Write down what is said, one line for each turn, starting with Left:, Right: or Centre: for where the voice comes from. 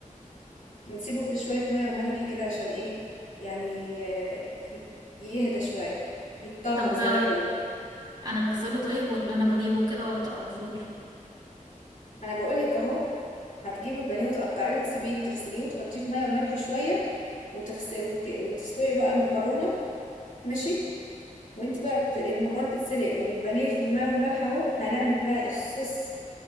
Left: ونسيبه في شويه ميه وملح كده عشان ايه يعني آه، يت- يهدى شويه يتطهر
Right: طب
Left: زي
Right: ده
Left: ما بيقولوا
Right: انا بغسله طيب ولا انا بجيبه كده وابدأ على طول
Left: انا بقول لك اهو هتجيبي البانيه وتقطعيه وتسيبيه وتغسليه وتحطيه في ميه وملح شويه وتغس... وت... وتسلقي بقى المكرونه ماشي وانت بقى بت... المكرونه بتتسلق والبانيه في الميه والملح اهو هنعمل بقى الصوص